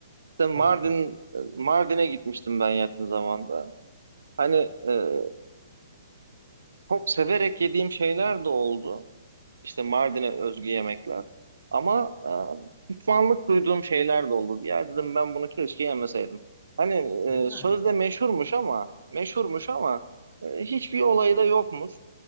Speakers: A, on the right; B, on the left.
A: İşte Mardin
B: tabii ki.
A: Mardin'e gitmiştim ben yakın zamanda. Hani e, çok severek yediğim şeyler de oldu. İşte Mardin'e özgü yemekler. Ama e, pişmanlık duyduğum şeyler de oldu. Ya dedim ben bunu keşke yemeseydim. Hani
B: Öyle
A: e, sözde
B: mi?
A: meşhurmuş ama meşhurmuş ama e, hiçbir olayı da yokmuş.